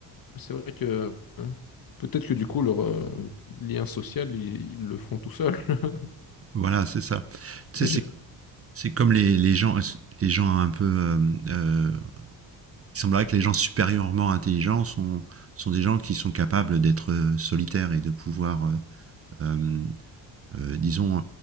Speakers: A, on the left; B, on the right.
A: Mais c'est vrai que euh, peut-être que du coup, leur euh, lien social, ils, ils le font tout seuls. <laughs>
B: voilà, c'est ça. Tu
A: Je-
B: sais, c'est, c'est comme les, les gens, les gens un peu euh, euh, il semblerait que les gens supérieurement intelligents sont, sont des gens qui sont capables d'être euh, solitaires et de pouvoir, euh, euh, euh, disons,